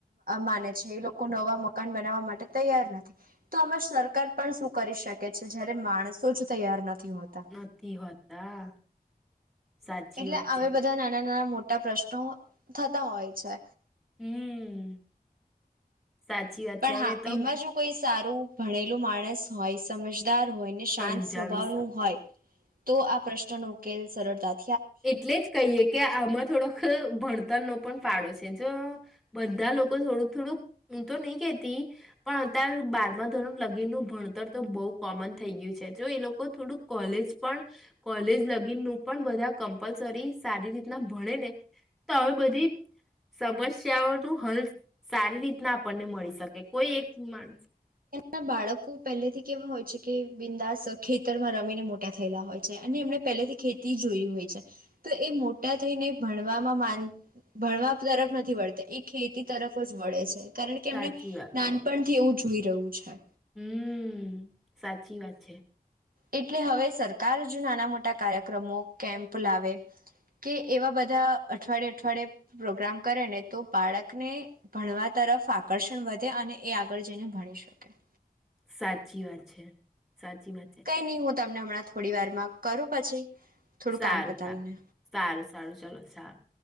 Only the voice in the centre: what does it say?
નથી હોતા. સાચી
વાત
છે
હમ સાચી વાત
છે હવે
તો
સમજાવીશ
એટલે જ કહીએ કે આમાં થોડોખ ભણતરનો પણ પાળો છે. જો બધા લોકો થોડુંક થોડુંક હું તો નહી કેતી પણ અતાર બારમા ધોરણ લગીનનું ભણતર તો બોવ કોમન થઈ ગ્યું છે. જો એ લોકો થોડુંક કોલેજ પણ કોલેજ લગીનનું પણ બધા કમ્પલસરી સારી રીતના ભણેે ને તો હવે બધી સમસ્યાઓનું હલ સારી રીતના આપણને મળી શકે. કોઈ એક માણસ
સાચી
હમ્મ, સાચી વાત છે.
સાચી વાત છે. સાચી વાત છે.
સારું
સારું સારું સારું ચલો સારું.